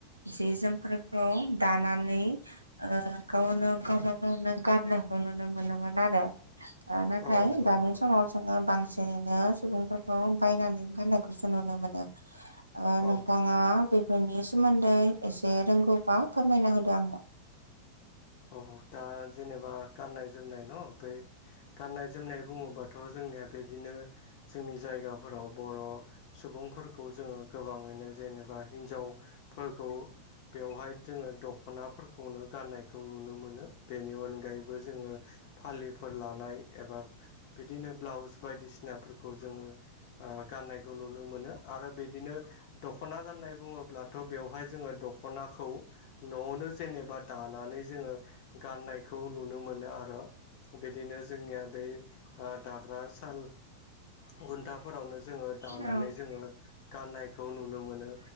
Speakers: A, on the right; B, on the left.
A: जि जोमफोर <unintelligible> दा नानै ओ गावनो गावबा गावनो गान्नोखौ नुनो मोनोमोन आरो ओ नाथाय
B: औ नंगौ
A: दानि
B: नोंथां
A: समाव जोङो बांसिनैनो सुबुंफोरखौ बायनानै गाननायखौसो नुनो मोनो ओ नोंथाङा
B: औ
A: बेफोरनि सोमोन्दै एसे रोंगौबा फोरमायना होदो आंनो
B: औ दा जेनेबा गाननाय जोमनाय न बै गाननाय जोमनाय बुङोबाथ' जोंनिया बिदिनो जोंनि जायगाफोराव बर' सुबुंफोरखौ जोङो गोबाङैनो जेनेबा हिन्जावफोरखौ बेवहाय दोङो दख'नाफोरखौनो गाननाय जों नुनो मोनो बेनि अनगायैबो जोङो फालिफोर लानाय एबा बिदिनो ब्लाउस बायदिसिनाफोरखौ जोङो ओ गाननायखौ नुनो मोनो आरो बिदिनो दख'ना गान्नाय बुङोब्लाथ' बेवहाय जोङो दख'नाखौ न'आवनो जेनेबा दाना जोङो गाननायखौ नुनो मोनो आरो बिदिनो जोंनिया बे ओ दाग्रा सान घुन्टाफोरावनो जोङो दानानै
A: औ
B: जोङो गाननायखौ नुनो मोनो